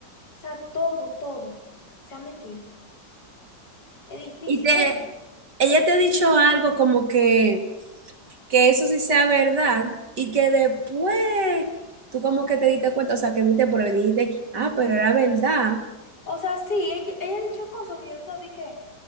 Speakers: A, on the left; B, on the right.
A: sea, todo, todo sea mentira. Es difícil,
B: Y te,
A: ¿no?
B: ella te ha dicho algo como que, que eso sí sea verdad y que después tú como que te diste cuenta, o sea, que viste por ahí y dijiste, ah, pero era verdad.
A: O sea, sí, ella, ella ha dicho cosas que yo digo de que